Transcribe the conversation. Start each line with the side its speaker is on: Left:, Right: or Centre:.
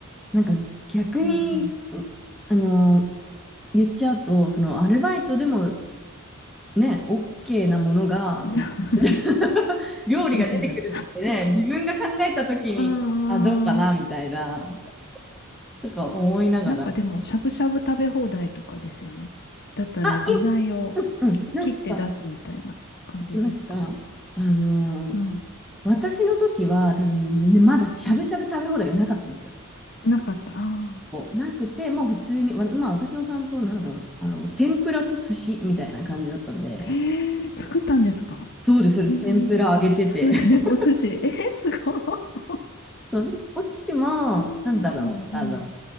Centre: なんか逆に、
Left: うん
Centre: んあの、言っちゃうと、そのアルバイトでもね、OK なものが、
Left: うん。
Centre: その
Left: <laughs>
Centre: <laughs> 料理が出てくるってね、
Left: 出てる。
Centre: 自分が考えたときに、
Left: ああ。
Centre: あ、どうかなみたいな、とか思いながら。
Left: なんかでも、しゃぶしゃぶ食べ放題とかですよね。だったら具材を
Centre: あ、いうん、うんなんか、
Left: 切って出すみたいな感じですか。
Centre: なんか、あのー
Left: うん。
Centre: 私の時は多分、ね、まだしゃぶしゃぶ食べ放題がなかったんですよ。
Left: うん。なかった。あ
Centre: なくて、もう普通に、わまあ私の担当、なんだったかな、あの、天ぷらと寿司みたいな感じだったんで、
Left: あ。へえ、作ったんですか。
Centre: そうです、そうです、
Left: ええ、
Centre: 天ぷら揚げてて。
Left: す、<laughs>
Centre: <laughs>
Left: お寿司。えー、すごい。あ
Centre: そうお寿司も、
Left: ーうん。
Centre: なんだろう、あの、